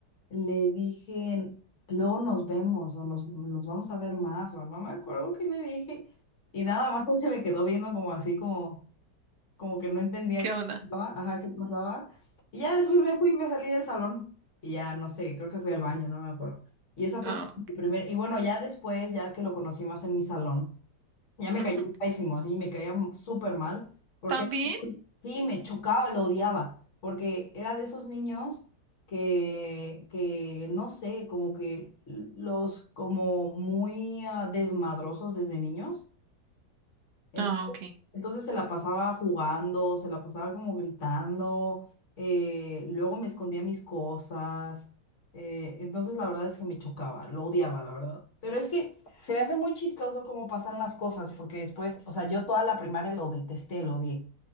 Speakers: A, on the left (about 50°); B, on the right (about 80°).
A: le dije, luego nos vemos o nos, nos vamos a ver más o no me acuerdo qué le dije. Y nada más <laughs> él se me quedó viendo como así, como, como que no entendía
B: ¿Qué
A: qué
B: onda?
A: pasaba, ajá, qué pasaba. Y ya después me fui y me salí del salón y ya no sé, creo que fui al baño, no me acuerdo. Y esa fue
B: Ah,
A: como mi primer, y bueno, ya después, ya que lo conocí más en mi salón, ya me
B: ujú.
A: cayó pésimo, así, me caía súper mal. porque
B: También
A: Sí, me chocaba, lo odiaba, porque era de esos niños que, que no sé, como que los como muy ah, desmadrosos desde niños. Entonces,
B: Ah, ok.
A: entonces se la pasaba jugando, se la pasaba como gritando, eh, luego me escondía mis cosas. eh, entonces la verdad es que me chocaba, lo odiaba, la verdad. Pero es que se me hace muy chistoso cómo pasan las cosas, porque después, o sea, yo toda la primaria lo detesté, lo odié.